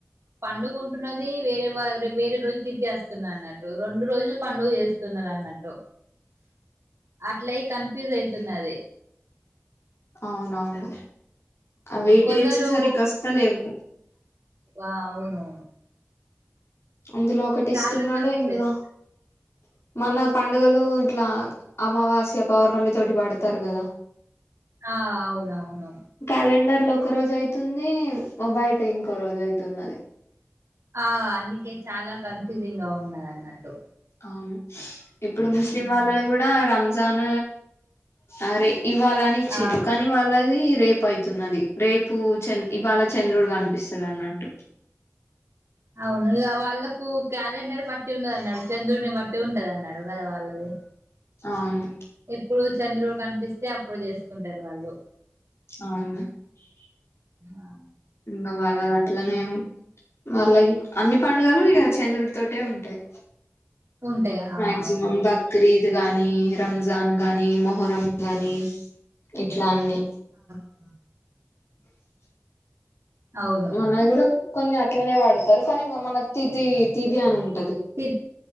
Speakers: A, on the right (about 65°); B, on the left (about 65°).
A: పండుగంటున్నది వేరే వ వేరే రోజు తితి స్తున్నట్టు రెండు రోజులు పండుగ చేస్తున్నారు అన్నట్టు అట్లయి కన్ఫ్యూజ్ అయితున్నది
B: అవునవును అవి
A: కొందరు
B: డేట్స్ సరిగ్గా వస్త లేవు
A: అవును
B: అందులో ఒకటి
A: చాలా
B: ఇస్తున్నాడు
A: కన్ఫ్యూజ్
B: ఇంల
A: అవుతున్నారు.
B: మన పండుగలు ఇట్లా అమావాస్య పౌర్ణమి తోటి పడతారు కదా
A: ఆ అవునవును
B: క్యాలెండర్ లో ఒక రోజు అయితుంది బయట ఇంకో రోజు అయీతున్నది
A: ఆ అందుకే చాల కన్ఫ్యూజింగ్ గా ఉన్నది అన్నట్టు
B: అవును ఇప్పుడు ముస్లిం
A: ఉమ్.
B: వాళ్ళ కూడ రంజాన్ సరే ఇవ్వాలని ఇచిండ్రు
A: ఆ
B: కానీ వాళ్ళది రేపు అయితున్నది రేపు చ ఇవాళ చంద్రుడు కనిపిస్తుంది అన్నట్టు
A: అవును ఇక వాళ్ళకు క్యాలెండర్ పట్టి ఉండదు అన్నాడు చంద్రుడిని పట్టి ఉంటది అన్నాడు కదా వాళ్ళది
B: అవును
A: ఎప్పుడు చంద్రుడు కనిపిస్తే అప్పుడు చేసుకుంటారు వాళ్ళు
B: అవునా
A: ఆ
B: ఇంకా వాళ్ళ అట్లనే మళ్ళ అన్ని పండుగలు ఇక చంద్రుడి తోటే ఉంటాయి
A: ఉంటాయి ఆ
B: మక్సిమం
A: అవును
B: బక్రీద కాగానీ రంజాన్ గాని మొహరం గాని ఇట్లాన్ని
A: అ అవును
B: మన కూడా కూడా కొన్ని అట్లనే వాడతారు కానీ ఇంకా మన తిది తిది అని ఉంటంది
A: తి